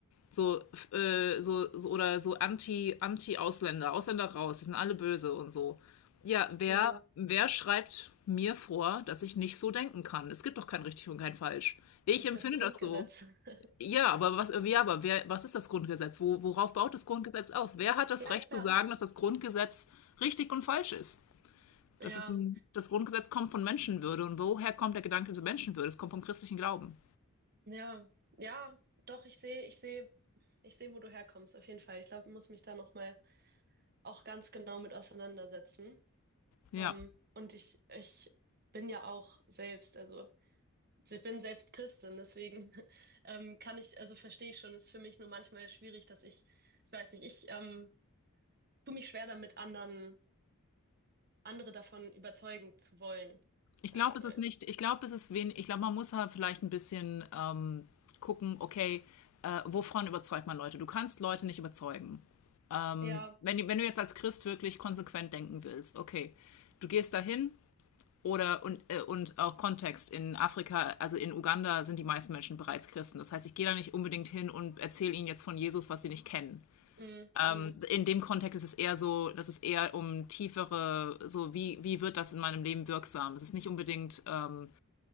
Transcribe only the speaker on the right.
ja,
das Grundgesetz.
<laughs>
Ja,
klar.
Ja,
ja, ja, doch, ich sehe, ich sehe, ich sehe, wo du herkommst, auf jeden Fall. Ich glaube, ich muss mich da nochmal auch ganz genau mit auseinandersetzen.
Ähm, und ich, ich bin ja auch selbst, also ich bin selbst Christin, deswegen <laughs> ähm, kann ich, also verstehe ich schon, ist für mich nur manchmal schwierig, dass ich, ich weiß nicht, ich ähm, tue mich schwer damit, anderen, andere davon überzeugen zu wollen,
sage
ich
mal.
Ja,
mm,
mm,